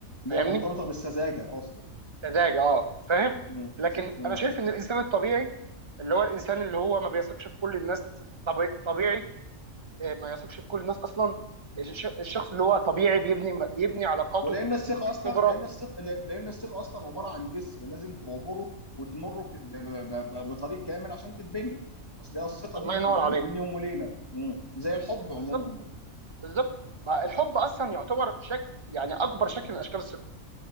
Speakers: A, on the left; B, on the right.
A: اللي
B: فاهمني
A: هي مرتبطه بالسذاجه اصلا
B: سذاجه اه فاهم
A: امم
B: لكن
A: امم
B: انا شايف ان الانسان الطبيعي اللي هو الانسان اللي هو ما بيثقش في كل الناس طبي- طبيعي آه، ما يثقش في كل الناس اصلا الش- الشخص اللي هو طبيعي بيبني بيبني علاقاته
A: ولان الثقه
B: الخبره
A: اصلا لان الثقه لان الثقه اصلا عباره عن جسر لازم تعبره وتمره ب... ب... ب... ب... بطريق كامل عشان تتبني اصل هي الثقه
B: الله
A: دي مش
B: ينور
A: بتيجي
B: عليك
A: ما بين يوم وليله امم زي الحب عموما
B: بالظبط
A: برضه
B: بالظبط ما الحب اصلا يعتبر شكل يعني اكبر شكل من اشكال الثقه